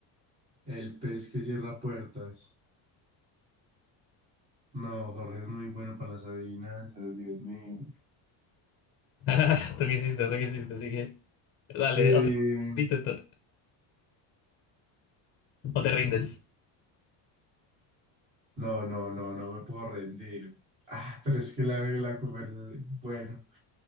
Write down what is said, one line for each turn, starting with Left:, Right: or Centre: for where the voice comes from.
Right: el pez que cierra puertas. No, Jorge es muy bueno para las adivinanzas, Dios mío.
Left: <laughs> Tú quisiste, tú quisiste, así que. Dale,
Right: Eh,
Left: otro intento. ¿O te rindes?
Right: no, no, no, no me puedo rendir. Ah, pero es que la, la conversación. Bueno,